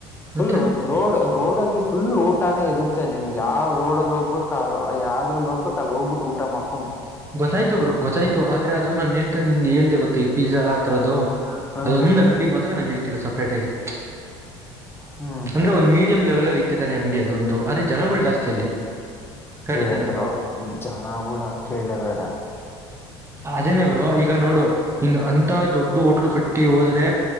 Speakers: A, on the left; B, on the right.
A: ಫುಲ್
B: ಮತ್ತೆ
A: ಒಂದು ರೋಡ್ ರೋಡಲ್ಲಿ ಫುಲ್ ಊಟನೇ ಇರುತ್ತೆ ನಿನು ಯಾವ ರೋಡಲ್ಲಿ ಹೋಗ್ಬೇಕು ಆ ಯವುದ್ರಲ್ಲಿ ಹೋಗ್ಬೇಕು ಅಲ್ಲಿ ಹೋಗ್ಬಿಟ್ಟು ಊಟ ಮಾಡ್
B: ಗೊತ್ತಾಯ್ತು ಬ್ರೋ ಗೊತ್ತಾಯ್ತು ಆದ್ರೆ ಅದು ನಾನನ್ ಹೇಳ್ತ ನಿನ್ಗೆೇ ಹೇಳ್ದ ಗೊತ್ತ ಈ ಪಿಜಾ ಆತರದ್ದದು
A: ಹಾ
B: ಅದೊಂದ್ ಅಂಗಡಿ ಮಾತ್ರ ನಾನು ಹೇಳ್ತಿರೋದು ಸಪ್ರೇಟ್ ಆಗಿ
A: ಹ್ಮ್
B: ಅಂದ್ರೆ ಒಂದ್ ಮೀಡಿಯಂ ಲೆವೆಲ್ ಅಲ್ಲಿ ಇಟ್ಟಿದಾರೆ ಅಂಗಡಿ ಅದೊಂದು ಆದ್ರೆ ಜನಗಳು ಜಾಸ್ತಿ ಅಲ್ಲಿ ಕರೆಕ್ಟ್
A: ಏ
B: ತಾನೆ
A: ಬ್ರೋ ಜನಗಳು ಕೇಳಲಬೇಡ
B: ಅದೇನೇ ಬ್ರೋ ಈಗ ನೋಡು ಇನ್ನು ಅಂತ ದೊಡ್ಡ ಹೋಟ್ಲು ಕಟ್ಟಿ ಹೋದ್ರೆ